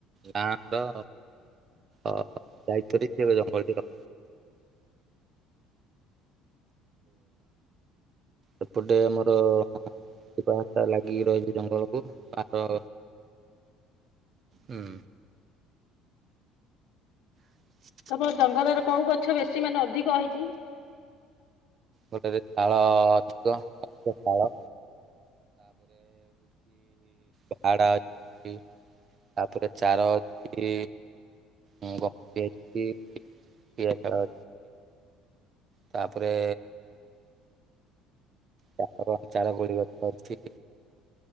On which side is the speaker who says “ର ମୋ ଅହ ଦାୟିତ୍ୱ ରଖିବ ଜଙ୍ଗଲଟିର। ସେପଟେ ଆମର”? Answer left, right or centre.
Right